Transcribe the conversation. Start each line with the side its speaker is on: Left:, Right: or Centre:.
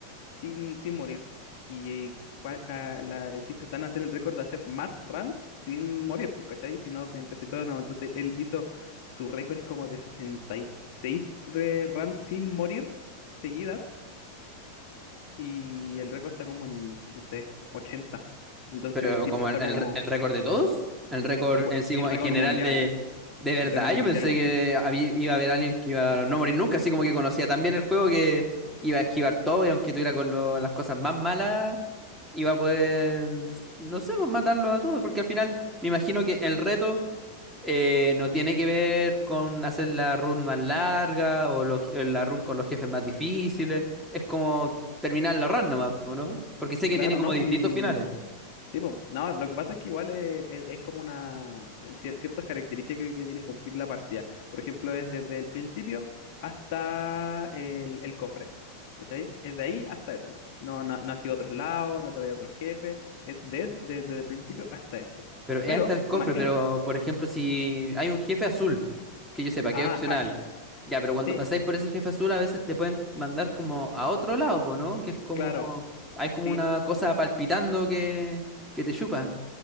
Left: sin, sin morir. Y cua- ca- la- el chiste está en hacer el récord de hacer más runs sin morir, pues, ¿cachai? Si no, empecé todo de nuevo. Entonces él hizo su récord es como de 66 pre- runs sin morir seguidas. Y el récord está como en, no sé, ochenta Entonces
Centre: Pero
Left: el tipo
Centre: como
Left: está
Centre: el, el
Left: como,
Centre: re- el récord de todos, el récord
Left: sí, pues,
Centre: en sí
Left: el
Centre: como
Left: récord
Centre: en general
Left: mundial.
Centre: de... De verdad,
Left: El récord mundial.
Centre: yo pensé que había- iba a haber alguien que iba a no morir nunca, así como que conocía tan bien el juego que iba a esquivar todo y aunque tuviera con lo- las cosas más malas, iba a poder, no sé, pues, matarlo a todos, porque al final me imagino que el reto... Eh, no tiene que ver con hacer la run más larga o los- eh, la run con los jefes más difíciles. Es como terminar la run nomás, ¿o ¿no? Porque sé que
Left: Claro,
Centre: tiene
Left: ¿no?
Centre: como
Left: Sí,
Centre: distintos finales.
Left: Sí, po. No, lo que pasa es que igual es, es- es como una... Hay cier- ciertas características que tiene que cumplir la partida. Por ejemplo, es desde el principio hasta el, el cofre. ¿Cachai? Es de ahí hasta ese lado. No, no, no ha sido otros lados, no te vaya a otros jefes. Es des- desde el principio hasta ese.
Centre: Pero es
Left: Pero,
Centre: hasta el cofre.
Left: imaginen.
Centre: Pero, por ejemplo, si hay un jefe azul, que yo sepa
Left: Ah,
Centre: que es opcional.
Left: Hash.
Centre: Ya, pero cuando
Left: Sí,
Centre: pasáis por ese jefe azul, a veces te pueden mandar como a otro lado, po, ¿no? Que es como.
Left: claro.
Centre: Hay como
Left: Sí.
Centre: una cosa palpitando que, que te chupa.